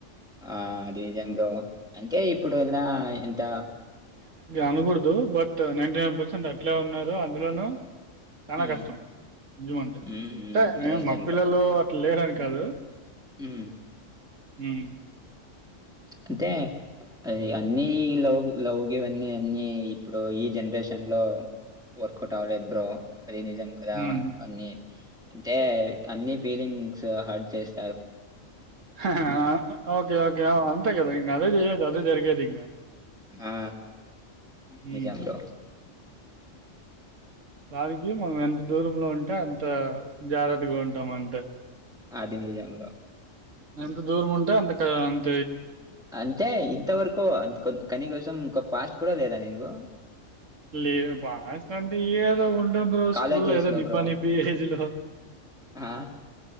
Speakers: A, in the centre; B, on the right (about 70°).
A: ఆ అదిజాతాం అంటే ఇప్పుడు ఎలా ఎంత
B: అనుగుడు దు బట్ నైంటినైన్ పర్సంట్ అట్లే ఉన్నారు అందులోనూ చానా
A: హ్మ్.
B: కష్టం నిజము అంటే
A: హ్మ్. హ్మ్.
B: అంటేే
A: అది నిజం
B: మగ పిల్లలు
A: బ్రో.
B: లేరని కాదు
A: హ్మ్
B: హ్మ్
A: అంటే ఇగ అన్ని ఈ లౌవ్ గివ్ అన్నీ ఇప్పుడు ఈ జనరేషన్లో వర్కౌట్ అవ్వలేదు బ్రో అది నిజం కద
B: హ్మ్
A: అన్ని అంటే అన్ని ఫీలింగ్ స్ చేస్
B: హా హా ఓకే ఓకే అంతే కదా ఇంక అదే చేయదు అదే జరిగేది ఇంకా
A: ఆ
B: హ్మ్
A: నిజం బ్రో
B: దానికి మనం ఎంత దూరంలో ఉంటే అంత జాగ్రత్తగా ఉంటాం అంతే
A: అది నిజం బ్రో
B: ఎంత దూరం ఉంటే అంత అంత్
A: అంటే ఇంతవరకు కొం కనీ కోసం ఒక పాస్ట్ కూడా లేదా నీకు ఇగో
B: లేదు పాస్టంటే ఏదో ఉ లేదా బ్రో
A: కాలేజ్
B: స్కూల్ లో
A: డేస్‌లో
B: ఏదో నిబ్బా
A: బ్రో.
B: నిబ్బి ఏజ్ లో
A: ఆ!